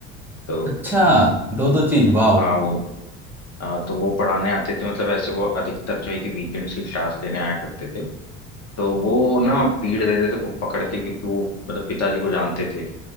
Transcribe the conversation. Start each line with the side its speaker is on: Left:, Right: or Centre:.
Left: तो
Centre: अच्छा
Left: <clears throat>
Centre: दो दो चीज वाह
Left: हाँ वो हाँ, तो वो पढ़ाने आते थे मतलब ऐसे वो अधिकतर जो है कि वीकेंड्स की क्लास लेने आया करते थे तो वो ना पीट देते थे खूब पकड़ के क्योंकि वो मतलब पिताजी को जानते थे